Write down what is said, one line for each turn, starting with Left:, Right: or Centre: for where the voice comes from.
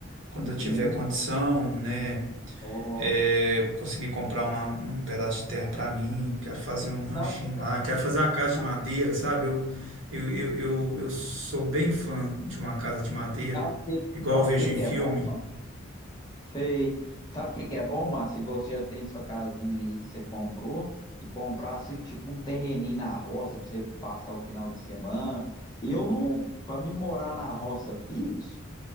Right: Quando eu tiver
Left: Uhum.
Right: condição, né,
Left: Ó,
Right: eh, conseguir comprar uma- um pedaço de terra para mim, quero fazer um ranchinho
Left: sabe, sabe,
Right: lá, quero fazer uma casa
Left: sabe,
Right: de madeira, sabe? Eu, eu, eu, eu, eu sou bem fã de uma casa de madeira,
Left: sabe o que,
Right: igual
Left: sabe
Right: eu vejo
Left: o que
Right: em
Left: que
Right: filme.
Left: é bom, Sei. Sabe o que que é bom, Márcio? Igual você já tem sua casinha aí que você comprou e comprasse tipo um terreninho na roça para você passar o final de semana. E eu não, para me morar na roça fixo,